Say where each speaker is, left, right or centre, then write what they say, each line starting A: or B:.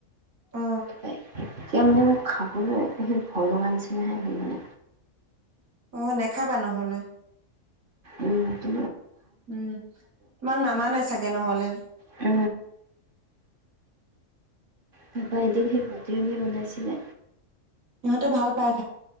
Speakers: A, on the right; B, on the right.
A: অ
B: তায় এতিয়া মানে খাবলৈ সেই ভয় লগা নিচিনাহে সেই মানে
A: অ নেখাবা নহ'লে
B: উম কি
A: উম তোমাক নামানে আছে থাকে নহ'লে
B: উ তাপা
A: উম
B: এদিন সেই ভাতি বনাইছিলে
A: ইহঁতে ভাল পায়